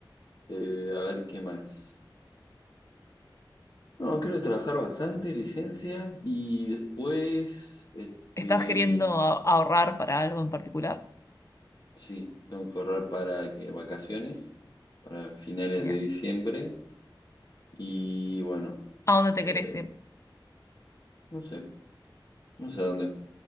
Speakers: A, on the left (about 55°); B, on the left (about 35°).
A: Eh, a ver, ¿qué más? No, creo que trabajar bastante, licencia, y después, este,
B: ¿Estás queriendo a- ahorrar para algo en particular?
A: sí, tengo que ahorrar para que vacaciones, para finales
B: Bien.
A: de diciembre, y bueno,
B: ¿A dónde te
A: eh,
B: querés ir?
A: no sé, no sé a dónde.